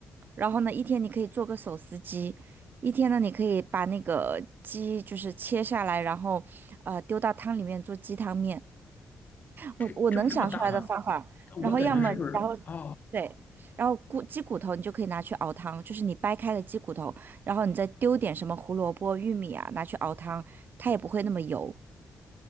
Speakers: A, on the right; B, on the left.
A: 然后呢，一天你可以做个手撕鸡，一天呢，你可以把那个鸡就是切下来，然后呃丢到汤里面做鸡汤面。
B: 这这不这么大吗？
A: 我我能想出来的方法，
B: 我感觉是不是？
A: 然后要么然后
B: 啊？
A: 对，然后骨鸡骨头你就可以拿去熬汤，就是你掰开了鸡骨头，然后你再丢点什么胡萝卜、玉米啊，拿去熬汤，它也不会那么油。